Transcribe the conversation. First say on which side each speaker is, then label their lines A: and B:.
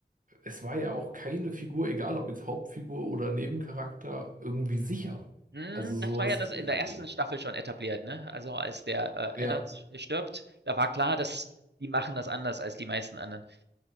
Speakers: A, on the right; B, on the right.
A: es war ja auch keine Figur, egal ob jetzt Hauptfigur oder Nebencharakter, irgendwie sicher.
B: Hm,
A: Also so
B: das war
A: ist,
B: ja das
A: äh,
B: in der ersten Staffel schon etabliert, ne? Also als der äh,
A: ja,
B: Eddard stirbt, da war klar, dass die machen das anders als die meisten anderen.